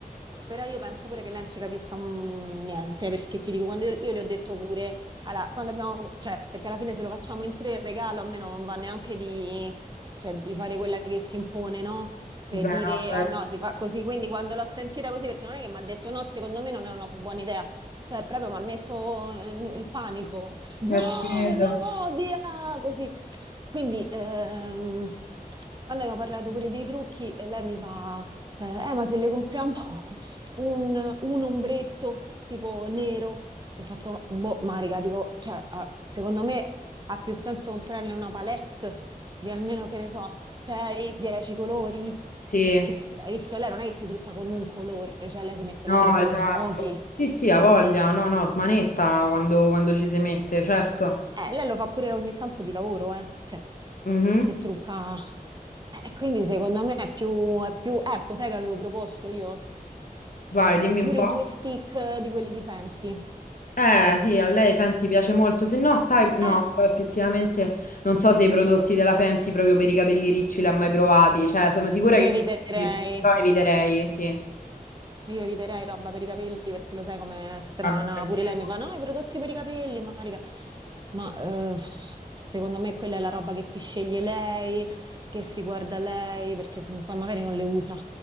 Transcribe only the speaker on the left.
Beh,
no, certo,
eh, credo.
Sì,
no,
esatto.
Sì, sì, ha voglia. No, no, smanetta quando, quando ci si mette, certo.
Mhm.
Vai, dimmi
un po'.
Eh, sì, a lei Fenty piace molto. Se no, stai... No,
però effettivamente non so se i prodotti della Fenty proprio per i capelli ricci li ha mai provati. Cioè, sono sicura
che...
Però eviterei, sì.
Vabbè, perché...